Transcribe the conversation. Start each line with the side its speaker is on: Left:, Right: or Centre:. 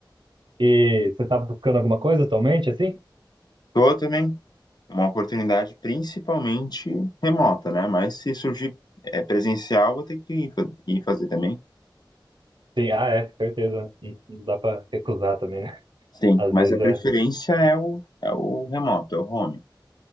Right: E você tá buscando alguma coisa atualmente, assim?
Left: Tô também uma oportunidade principalmente remota, né? Mas se surgir é, presencial, vou ter que ir fa- ir fazer também.
Right: Sim, ah, é, com certeza. Não não dá para recusar também, né? <laughs>
Left: Sim,
Right: Às
Left: mas
Right: vezes
Left: a preferência
Right: é.
Left: é o, é o remoto, é o home.